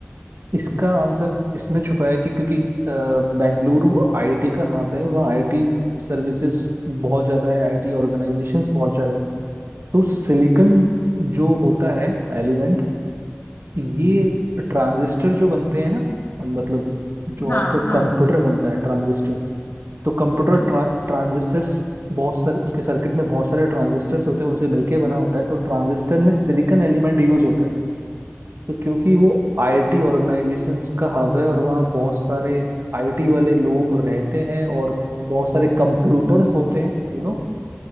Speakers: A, on the right; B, on the left.
A: इसका आंसर इसमें छुपा है कि क्योंकि अ, बेंगलुरु आईआईटी का हब है वहाँ आईआईटी सर्विसेज बहुत ज्यादा है आईआईटी ऑर्गेनाइजेशंस बहुत ज्यादा है तो सिलिकॉन जो होता है एलिमेंट ये ट्रांजिस्टर जो बनते हैं ना मतलब जो आपका
B: हाँ हाँ
A: कंप्यूटर बनता है ट्रांजिस्टर तो कंप्यूटर
B: बिल्कुल
A: ट्रा, ट्रांजिस्टर्स बहुत सारे उसके सर्किट में बहुत सारे ट्रांजिस्टर्स होते हैं उनसे मिलके बना होता है तो ट्रांजिस्टर में सिलिकॉन एलिमेंट यूज होता है तो क्योंकि वो आईटी ऑर्गेनाइजेशंस का हब है और वहाँ बहुत सारे आईटी वाले लोग रहते हैं और बहुत सारे कंप्यूटर्स होते हैं यू नो